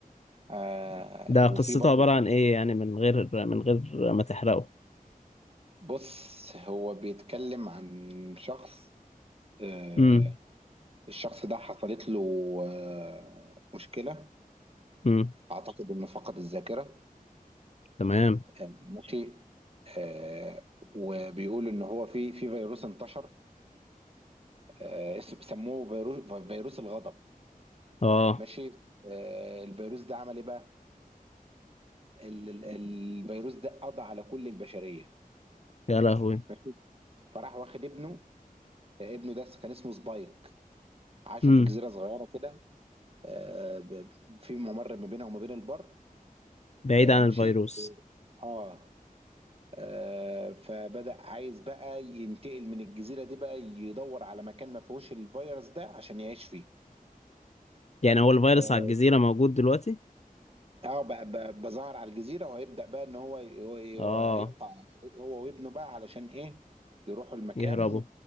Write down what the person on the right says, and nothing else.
آه،
وفي
برضو
بص هو بيتكلم عن شخص آه،
الشخص ده حصلت له آه، مشكلة
أعتقد إنه فقد الذاكرة
آه، ماشي آه، وبيقول إن هو في في فيروس انتشر آه، اسم- سموه فيروس فيروس الغضب
ماشي آه، الفيروس ده عمل إيه بقى؟ ال- ال- الفيروس ده قضى على كل البشرية
ماشي فراح واخد ابنه آه، ابنه ده كان اسمه سبايك عاشوا
في جزيرة صغيرة كده آه، ب- في ممر ما بينها وما بين البر
آه،
ماشي
اه آه، فبدأ عايز بقى ينتقل من الجزيرة دي بقى يدور على مكان ما فيهوش الفيروس ده عشان يعيش فيه
اه
آه، بقى بقى- بقى ظهر على الجزيرة وهيبدأ بقى ان هو ي- هو-
هو هيقطع هو وابنه بقى علشان ايه يروحوا المكان